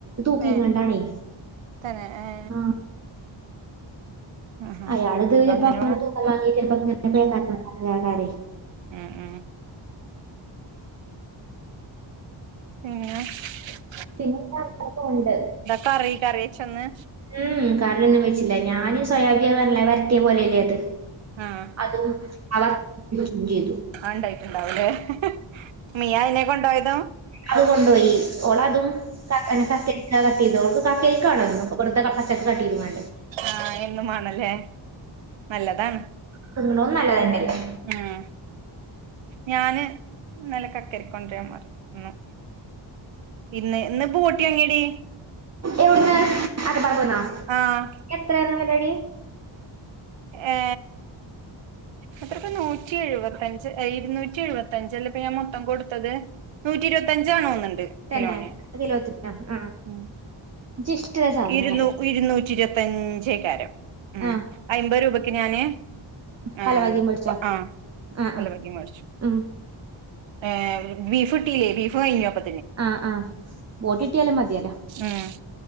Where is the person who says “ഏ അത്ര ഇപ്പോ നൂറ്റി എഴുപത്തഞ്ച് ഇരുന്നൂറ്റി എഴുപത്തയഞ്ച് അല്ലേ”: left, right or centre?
Right